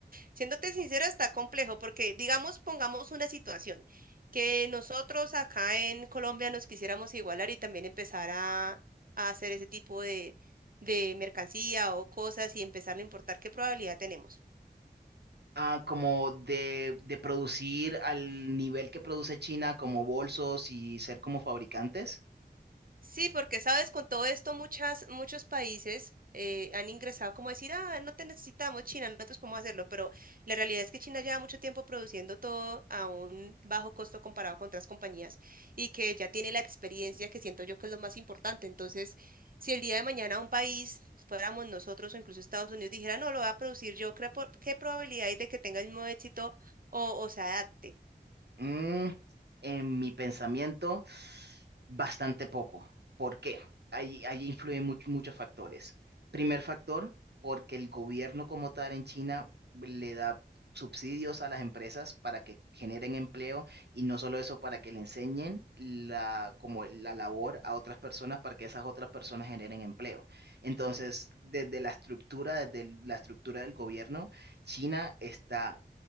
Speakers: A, on the right; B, on the right.
A: Siéndote sincera, está complejo porque, digamos, pongamos una situación que nosotros acá en Colombia nos quisiéramos igualar y también empezar a, a hacer ese tipo de, de mercancía o cosas y empezar a importar, ¿qué probabilidad tenemos?
B: Ah, como de, de producir al nivel que produce China, como bolsos y ser como fabricantes,
A: Sí, porque sabes, con todo esto muchas, muchos países eh, han ingresado como a decir, ah, no te necesitamos China, no nosotros podemos hacerlo, pero la realidad es que China lleva mucho tiempo produciendo todo a un bajo costo comparado con otras compañías y que ya tiene la experiencia que siento yo que es lo más importante. Entonces, si el día de mañana un país, fuéramos nosotros o incluso Estados Unidos, dijera, no, lo voy a producir yo, ¿qué, po- qué probabilidad hay de que tenga el mismo éxito o, o se adapte?
B: Mm, en mi pensamiento, bastante poco. ¿Por qué? Ahí, ahí influyen much- muchos factores. Primer factor, porque el gobierno como tal en China le da subsidios a las empresas para que generen empleo y no solo eso, para que le enseñen la, como la labor a otras personas para que esas otras personas generen empleo. Entonces, desde la estructura, desde el- la estructura del gobierno, China está